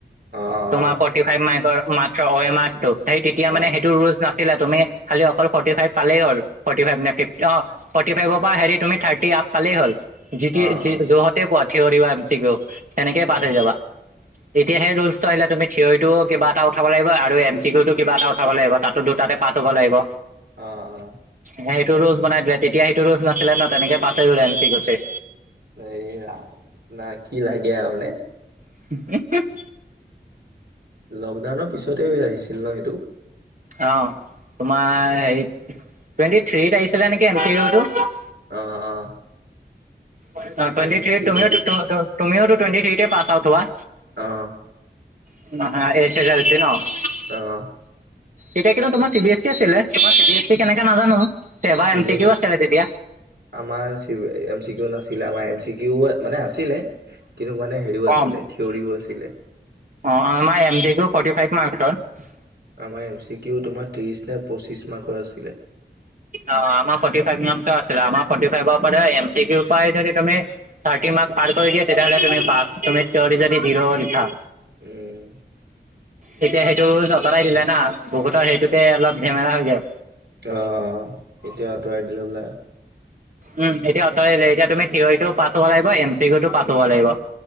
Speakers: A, on the right; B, on the right.
A: অ'।
B: <unintelligible> সেই ফৰটি ফাইফ মাৰ্কৰ মাত্ৰ অমেআৰ টো তেতিয়া মানে
A: অ'
B: সেইটো ৰুল্ছ নাছিল। তুমি খালি অকল ফৰ্টি ফাইভ পালেই হ'ল ফৰ্টি ফাইভ নে ফিফট অ', ফৰ্টি ফাইভৰ পৰা হেৰি তুমি থাৰ্টি আপ পালেই হ'ল যিট
A: অ'
B: যহ <unintelligible> পোৱা থিয়ৰি বাচিকও তেনেকে
A: অ'
B: পাছ হৈ
A: অ'
B: যাবা। এতিয়া সেই ৰুলচটো আহিলে তুমি থিয়ৰিতটো কিবা এটা উঠাব লাগিব আৰু এম চিকুতো কিবা এটা উঠাব লাগিব তাতো দুটাতে পাত হ'ব লাগিব।
A: অ', অ'।
B: সেইটো ৰু'জ বনাই দিলে তেতিয়া সেইটো ৰচ নাছিলে ন তেনেকে পাতে ৰুলে আনিছি গছে।
A: এই না কি লাগে আৰু মানে
B: <unintelligible>
A: লকডাউনৰ পিছতে হৈ আহিছিল ন সেইটো?
B: অ', তোমাৰ হে টুৱেণ্টি থ্ৰীত আহিছিলে নেকি এনি
A: অ', অ'।
B: অ',
A: টুৱেণ্টি
B: টোৱেণ্টি থ্ৰীত তুমিও
A: আহিছিলে।
B: টোৱেণ্টি থ্ৰীত পাছ আউট হোৱা।
A: অ'।
B: <unintelligible>
A: অ'।
B: এতিয়া কিন্তু তোমাৰ চি বি এছ ই আছিলে তোমাৰ চ এ সি কেনেকা নাজানো SEBA M
A: B
B: C
A: S
B: কিও আছিলে তেতিয়া।
A: আমাৰ এম চি কিউ নাছিলে আমাৰ এম চি কিউ মানে আছিলে। কিন্তু মানে হেৰিও
B: কম
A: আছিলে থিয়ৰিও আছিলে।
B: অ', আমাৰ M C Q forty five মাৰ্কছত।
A: আমাৰ এম চি কিউ তোমাৰ ত্ৰিশ নে পঁচিশ মাৰ্কৰ আছিলে।
B: অ', আমাৰ ফৰ্টি ফাইভ মাৰ্ক্সৰ আছিলে আমাৰ ফৰ্টি ফাইভ পৰা এম চি কিউ উপায় ত থাৰ্টি মাৰ্ক্স পাৰ কৰি দিয়া তেতিয়াহ'লে তুমি পাছ তুমি থীয়ৰি যদি জিৰ' লিখা।
A: উম,
B: তেতিয়া সেইটো আতৰাই দিলে না বহুতৰ সেইটোতে অলপ ঝেমেৰা হৈ যায়।
A: অ', অ' এতিয়া আঁতৰাই দিলে বোলে।
B: উম, এতিয়াঁ আতৰাই দিলে এতিয়া তুমি থিয়ৰিটো পাছ হ'ব লাগিব এম চিউ পাছ হ'ব লাগিব।